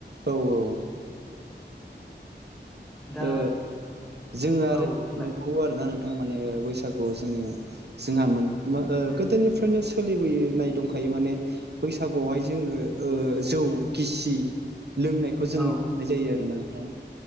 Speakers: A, on the right (about 65°); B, in the centre.
A: औ औ
B: दा
A: ओ जोङो आरो
B: औ बुंलाय
A: नुबावो आरोना नोंथां माने ओ बैसागुआव जोङो जोंहा मोन म ओ गोदोनिफ्रायनो सोलिबोयो नाय दंखायो माने बैसागुआव हाय जोङो ओ जौ गिसि लोंनायखौ जों नुनाय
B: औ
A: जायो आरो ना नोंथां।